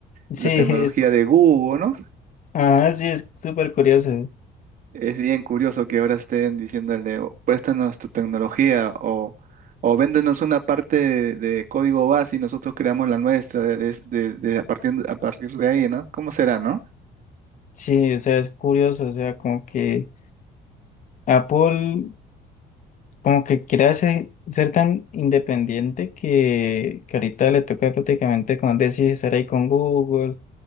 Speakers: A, on the left (about 50°); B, on the right (about 55°).
A: sí,
B: La
A: <laughs>
B: tecnología
A: es, cu-
B: de Google, ¿no?
A: ah, sí, es súper curioso.
B: Es bien curioso que ahora estén diciéndole, "O, préstanos tu tecnología o, o véndenos una parte de, de código base y nosotros creamos la nuestra de, de- de- de- a partir, a partir de ahí, ¿no? ¿Cómo será, no?
A: Sí, o sea, es curioso, o sea, como que Apple como que quiere hacer- ser tan independiente que, que ahorita le toca prácticamente, como decir, estar ahí con Google.